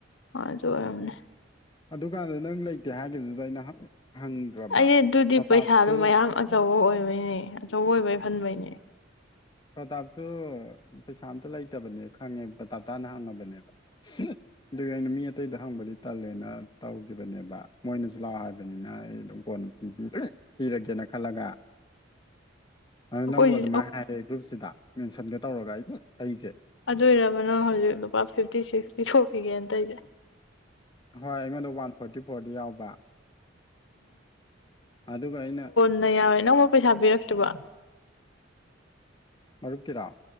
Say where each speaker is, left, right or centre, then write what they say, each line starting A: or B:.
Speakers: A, on the left; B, on the left.
A: ꯍꯣꯏ ꯑꯗꯨ ꯑꯣꯏꯔꯝꯒꯅꯤ꯫
B: ꯑꯗꯨꯀꯥꯟꯗ ꯅꯪ ꯂꯩꯇꯦ ꯍꯥꯏꯈꯤꯕꯗꯨꯗ ꯑꯩꯅ ꯍꯪꯗ꯭ꯔꯕ
A: ꯑꯩ ꯑꯗꯨꯗꯤ
B: ꯄ꯭ꯔꯇꯥꯞꯁꯨ
A: ꯄꯩꯁꯥꯗꯣ ꯃꯌꯥꯝ ꯑꯆꯧꯕ ꯑꯣꯏꯕꯩꯅꯦ ꯑꯆꯧꯕ ꯑꯣꯏꯕꯩ ꯍꯟꯕꯩꯅꯦ꯫
B: ꯄ꯭ꯔꯇꯥꯞꯁꯨ ꯄꯩꯁꯥ ꯑꯝꯇ ꯂꯩꯇꯕꯅꯦ ꯈꯪꯉꯦ ꯄ꯭ꯔꯇꯥꯞꯇꯥꯅ ꯍꯪꯉꯕꯅꯦꯕ ꯑꯗꯨꯒꯤ ꯑꯩꯅ ꯃꯤ ꯑꯇꯩꯗ ꯍꯪꯕꯗꯤ ꯇꯜꯂꯦꯅ ꯇꯧꯈꯤꯕꯅꯦꯕ ꯃꯣꯏꯅꯁꯨ ꯏꯆꯤꯜꯂꯥꯎ ꯍꯥꯏꯕꯅꯤꯅ ꯑꯩ ꯑꯗꯨꯝ ꯀꯣꯟ ꯄꯤꯔꯒꯦꯅ ꯈꯜꯂꯒ
A: ꯑꯩꯈꯣꯏꯁꯨ
B: ꯑꯗꯨ ꯅꯪꯕꯨ ꯑꯗꯨꯃꯥꯏꯅ ꯍꯥꯏꯔꯑꯦ ꯒ꯭ꯔꯨꯞꯁꯤꯗ ꯃꯦꯟꯁꯟꯒ ꯇꯧꯔꯒ ꯑꯩ ꯑꯩꯁꯦ
A: ꯑꯗꯨꯏꯔꯕ ꯅꯪ ꯍꯧꯖꯤꯛ ꯂꯨꯄꯥ ꯐꯤꯐꯇꯤ ꯁꯤꯛꯁꯇꯤ ꯁꯣꯛꯈꯤꯒꯦꯅ ꯇ ꯑꯩꯁꯦ꯫
B: ꯍꯣꯏ ꯑꯩꯉꯣꯟꯗ ꯋꯥꯟ ꯐꯣꯔꯇꯤ ꯐꯣꯔꯗ ꯌꯥꯎꯕ ꯑꯗꯨꯒ ꯑꯩꯅ
A: ꯟꯅ ꯌꯥꯎꯋꯦ ꯅꯪꯅ ꯄꯩꯁꯥ ꯄꯤꯔꯛꯇꯕ
B: ꯃꯔꯨꯞꯀꯤꯔꯥ